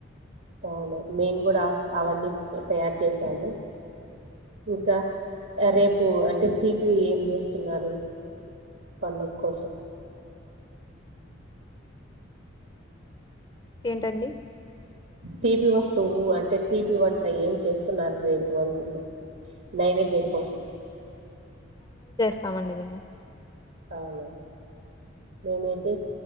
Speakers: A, on the right (about 70°); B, on the left (about 25°).
A: అవును మేమ్ కూడ అవన్నీ తయారు చేసాము ఇంకా రేపు అంటే తీపి ఏం చేస్తున్నారు పండగ కోసం
B: ఏంటండి
A: తీపి వస్తువు అంటే తీపి వంట ఏం చేస్తున్నారు రేపు అంటున్నా నైవేద్యమ్ కోసం
B: స్తామండి మేము
A: అవును మేమైతే